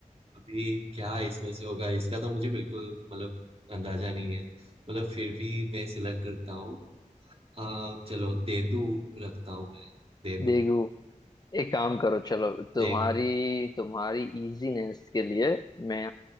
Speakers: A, on the right; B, on the left.
A: अभी क्या इसमें से होगा इसका तो मुझे बिल्कुल मतलब अंदाजा नहीं है मतलब फिर भी मैं सिलेक्ट करता हूँ अ, चलो देदू रखता हूँ मैं देदू
B: देगू एक काम करो चलो तुम्हारी
A: देखू
B: तुम्हारी इजीनेस के लिए मैं